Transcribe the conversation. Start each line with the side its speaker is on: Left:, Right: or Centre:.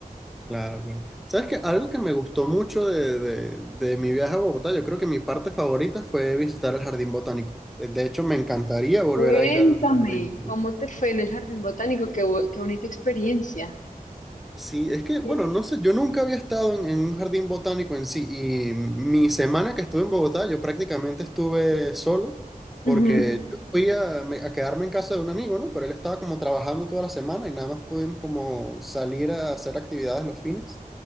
Centre: Claro, claro. ¿Sabes qué? Algo que me gustó mucho de, de- de mi viaje a Bogotá, yo creo que mi parte favorita fue visitar el Jardín Botánico. De de hecho, me encantaría volver
Left: Cuéntame,
Centre: a ir al al Jardín Botánico.
Left: ¿cómo te fue en el jardín botánico? Qué, bu- qué bonita experiencia.
Centre: Sí, es que, bueno,
Left: Sí.
Centre: no sé, yo nunca había estado en, en un jardín botánico en sí y mi semana que estuve en Bogotá, yo prácticamente estuve solo
Left: Ujú,
Centre: porque yo fui a, me- a quedarme en casa de un amigo, ¿no? Pero él estaba como trabajando toda la semana y nada más pudimos como salir a hacer actividades los fines.